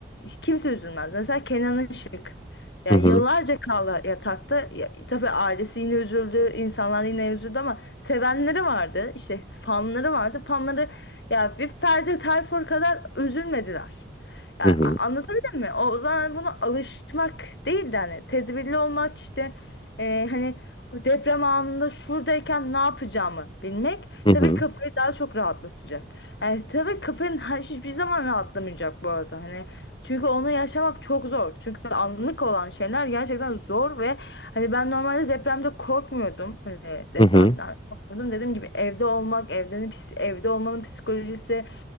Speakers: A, on the left; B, on the left.
A: kimse üzülmez. Mesela Kenan Işık. Yani
B: Hı hı.
A: yıllarca kaldı yatakta. Ya, tabii ailesi yine üzüldü, insanlar yine üzüldü ama sevenleri vardı. işte fanları vardı. Fanları ya bir Ferdi Tayfur kadar üzülmediler. Yani
B: Hı hı.
A: a- anlatabildim mi? O, o zaman buna alışmak değil de hani tedbirli olmak işte e, hani o deprem anında şuradayken ne yapacağımı bilmek
B: Hı
A: tabii
B: hı.
A: kafayı daha çok rahatlatacak. Yani tabii kafanın hiçbir zaman rahatlamayacak bu arada. Hani çünkü onu yaşamak çok zor. Çünkü anlık olan şeyler gerçekten zor ve hani ben normalde depremde korkmuyordum. Hani depremden
B: Hı hı.
A: korkmuyordum. Dediğim gibi evde olmak, evdenin, pis- evde olmanın psikolojisi,